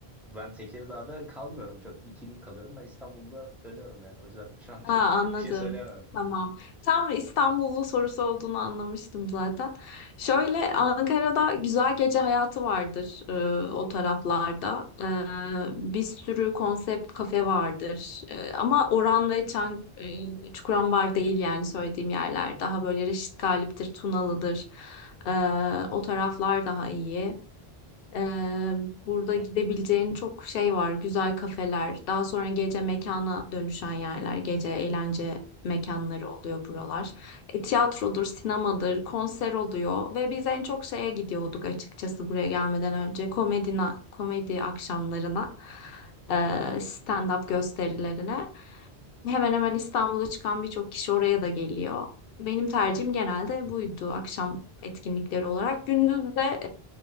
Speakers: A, in the centre; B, on the left.
A: Ben Tekirdağ'da kalmıyorum çok. İki gün kalıyorum. Ben İstanbul'da dönüyorum yani. O yüzden şu an
B: Ha,
A: çok
B: anladım.
A: bir şey söyleyemem.
B: Tamam. Tam İstanbullu sorusu olduğunu anlamıştım zaten. Şöyle Ankara'da güzel gece hayatı vardır e, o taraflarda. E, bir sürü konsept kafe vardır. E, ama Oran ve Çan, e, Çukurambar değil yani söylediğim yerler. Daha böyle Reşit Galip'tir, Tunalı'dır. E, o taraflar daha iyi. Ee, burada
A: Hı
B: gidebileceğin
A: hı,
B: çok şey var. Güzel kafeler, daha sonra gece mekana dönüşen yerler, gece eğlence mekanları oluyor buralar. E, tiyatrodur, sinemadır, konser oluyor ve biz en çok şeye gidiyorduk açıkçası buraya gelmeden önce komedina, komedi akşamlarına, e,
A: hı hı.
B: stand-up gösterilerine. Hemen hemen İstanbul'a çıkan birçok kişi oraya da geliyor. Benim tercihim genelde buydu akşam etkinlikleri olarak. Gündüz de